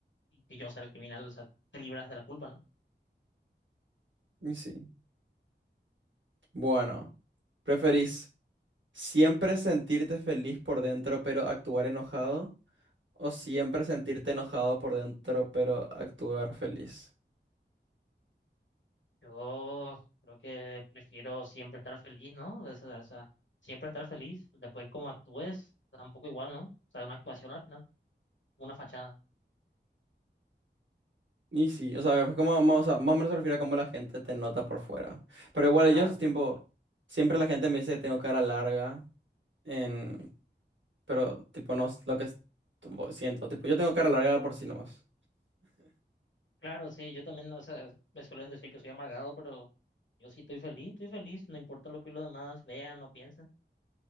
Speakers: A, on the left (about 80°); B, on the right (about 85°).
A: y que yo sea el criminal, o sea, te libras de la culpa, ¿no?
B: Y sí. Bueno, ¿preferís siempre sentirte feliz por dentro pero actuar enojado? ¿O siempre sentirte enojado por dentro pero actuar feliz?
A: Yo creo que prefiero siempre estar feliz, ¿no? O sea, o sea, siempre estar feliz. Después, como actúes, tampoco igual, ¿no? O sea, una actuación al final, una fachada.
B: Y sí, o sea, es como, más- o sea, más o menos se refiere a cómo la gente te nota por fuera. Pero igual
A: Claro,
B: yo, tipo, siempre la gente me dice que tengo cara larga, en... pero tipo, no es lo que es- tipo, siento. Tipo, yo tengo cara larga por sí nomás,
A: claro, sí, yo también, o sea, me suelen decir que soy amargado, pero yo sí estoy feliz, estoy feliz, no importa lo que los demás vean o piensen.